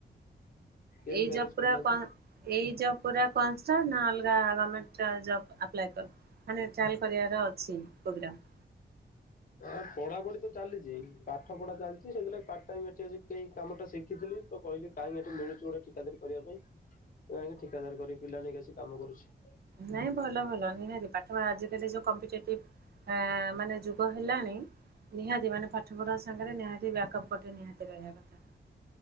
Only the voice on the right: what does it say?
ଏଇ
ଯ ପୁରା
କନ୍ ଏଇ ଯ ପୁରା କାନସ୍ ଟା ନହେଲେ <unintelligible> ଗମେଣ୍ଟ ଟା ଯବ୍ ଆପ୍ଲାଏ କରି ମାନେ ଟ୍ରାଏଲ କରିବାର ଅଛି ପ୍ରୋଗ୍ରମ୍।
ନାଇଁ ଭଲ ଭଲ ନିହାତି ପାଠପଢା ଆଜିକାଲି ଯୋଉ କମ୍ପିଟିଟ ଉଁ ମାନେ ଯୋ ହେଲାଣି ନିହାତି ମାନେ ପାଠ ପଢା ସାଙ୍ଗରେ ନିହାତି ବ୍ୟାକଅପ୍ ଗୋଟେ ନିହାତି ରହିବା କଥା।